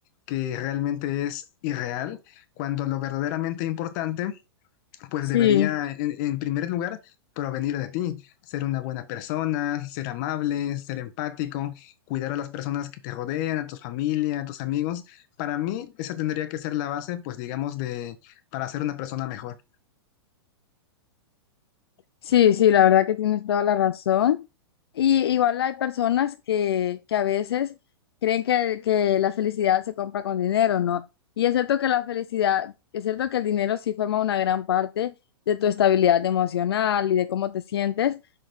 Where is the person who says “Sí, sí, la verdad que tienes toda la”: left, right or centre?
Left